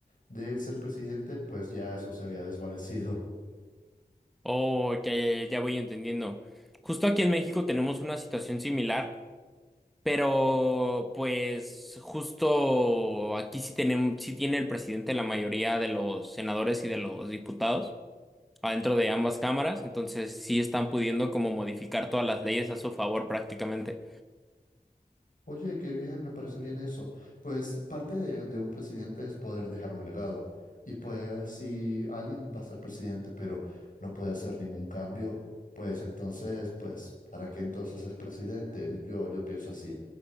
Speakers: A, on the left (about 55°); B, in the centre.
A: de él ser presidente, pues ya eso se había desvanecido.
B: Oh, ya, ya, ya ya voy entendiendo. Justo aquí en México tenemos una situación similar Pero pues justo aquí sí tenemos, sí tiene el presidente la mayoría de los senadores y de los diputados adentro de ambas cámaras, entonces sí están pudiendo como modificar todas las leyes a su favor prácticamente.
A: Oye, qué bien, me parece bien eso. Pues parte de, de un presidente es poder dejar un legado. Y pues si alguien va a ser presidente pero no puede hacer ningún cambio, pues entonces, pues, ¿para qué entonces es presidente? Yo, yo pienso así.